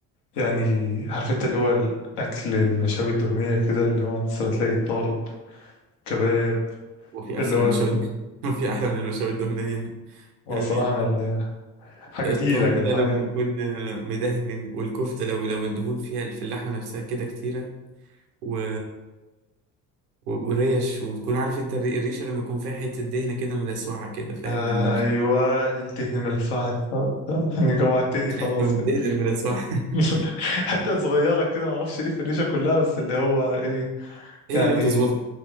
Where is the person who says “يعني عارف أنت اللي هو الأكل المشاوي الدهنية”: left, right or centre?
Left